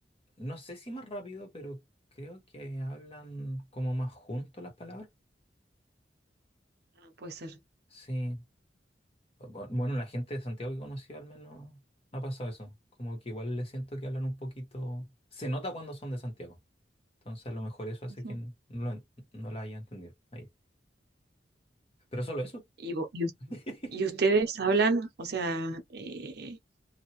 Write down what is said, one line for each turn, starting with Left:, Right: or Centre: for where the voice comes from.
Left: no sé si más rápido, pero creo que hablan como más juntos las palabras.
Right: Ah, puede ser.
Left: Sí, bu- Bueno, la gente de Santiago que conocí al menos ha pasado eso. Como que igual le siento que hablan un poquito. Se nota cuando son de Santiago. Entonces a lo mejor eso hace
Right: Ujú.
Left: que no, lo no la haya entendido ahí. Pero solo eso.
Right: ¿Y, vo- y us-
Left: <laughs>
Right: y ustedes hablan? O sea, eh,